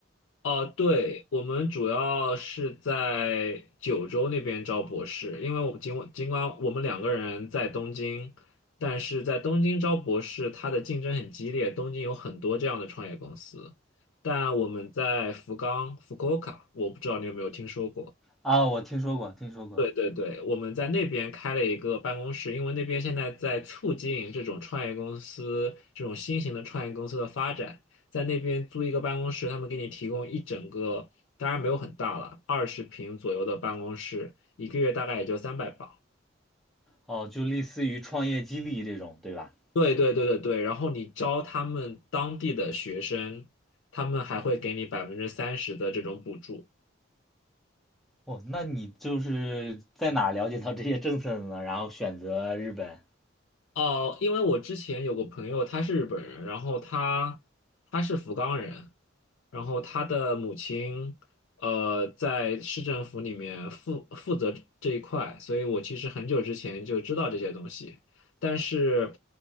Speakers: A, on the left (about 75°); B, in the centre.
A: 哦，对，我们主要是在九州那边招博士，因为我们尽管尽管我们两个人在东京，但是在东京招博士，它的竞争很激烈，东京有很多这样的创业公司，但我们在福冈福 u 我不知道你有没有听说过。
B: 啊，我听说过，听说过。
A: 对对对，我们在那边开了一个办公室，因为那边现在在促进这种创业公司、这种新型的创业公司的发展，在那边租一个办公室，他们给你提供一整个，当然没有很大了，二十平左右的办公室，一个月大概也就三百磅。
B: 哦，就类似于创业激励这种，对吧？
A: 对对对对对，然后你招他们当地的学生，他们还会给你百分之三十的这种补助。
B: 哦，那你就是在哪了解到这些政策的呢？然后选择日本。
A: 哦，因为我之前有个朋友，他是日本人，然后他他是福冈人，然后他的母亲呃在市政府里面负负责这一块，所以我其实很久之前就知道这些东西，但是